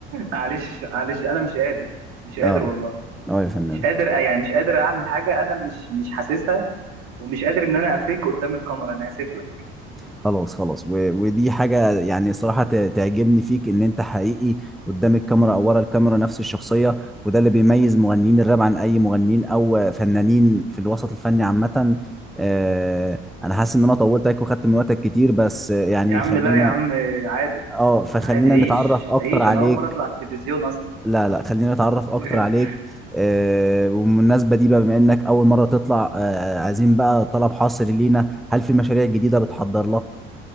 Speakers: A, on the right; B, in the centre.
A: معلش معلش انا مش قادر مش قادر
B: اه
A: والله
B: اه يا فنان
A: مش قادر آه، يعني مش قادر اعمل حاجه انا مش مش حاسسها ومش قادر ان انا افيك قدام الكاميرا انا اسف لك
B: خلاص خلاص و... ودي حاجة يعني صراحة ت- تعجبني فيك ان انت حقيقي قدام الكاميرا او ورا الكاميرا نفس الشخصية وده اللي بيميز مغنيين الراب عن اي مغنيين او فنانين في الوسط الفني عامة آه انا حاسس ان انا طولت عليك وخدت من وقتك كتير بس آه، يعني
A: يا عم
B: خلينا
A: لا يا عم عادي
B: اه فخلينا
A: عادي عيش
B: نتعرف اكتر
A: عيش
B: عليك
A: انا اول مره اطلع التلفزيون اصلا
B: لا لا خلينا نتعرف اكتر
A: <laughs>
B: عليك آه وبالمناسبة دي بقى بما انك اول مرة تطلع آه عايزين بقى طلب حصري لينا هل في مشاريع جديدة بتحضر